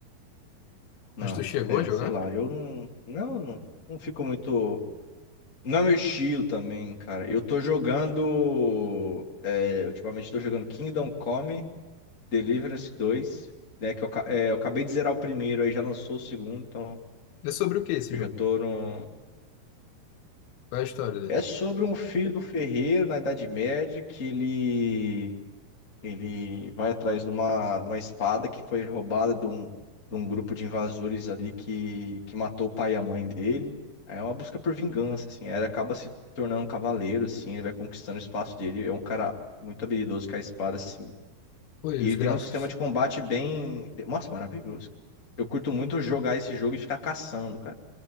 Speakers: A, on the left; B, on the left.
A: Não,
B: Mas tu chegou
A: é,
B: a jogar?
A: sei lá, eu não, não, não, não fico muito. Não é meu estilo também, cara. Eu tô jogando. É, ultimamente tô jogando Kingdom Come Deliverance dois, né? Que eu, ca- é, eu acabei de zerar o primeiro, aí já lançou o segundo, então
B: É sobre o que esse
A: eu
B: jogo?
A: já tô no.
B: Qual é a história dele?
A: É sobre um filho do ferreiro na Idade Média que ele Ele vai atrás de uma, de uma espada que foi roubada de um, de um grupo de invasores ali que, que matou o pai e a mãe dele. Aí É uma busca por vingança, assim. Aí Ele acaba se tornando um cavaleiro, assim. Ele vai conquistando o espaço dele. É um cara muito habilidoso com a espada, assim.
B: Foi
A: E
B: os
A: ele
B: gráficos.
A: tem um sistema de combate bem... Nossa, maravilhoso, cara. Eu curto muito jogar esse jogo e ficar caçando, cara.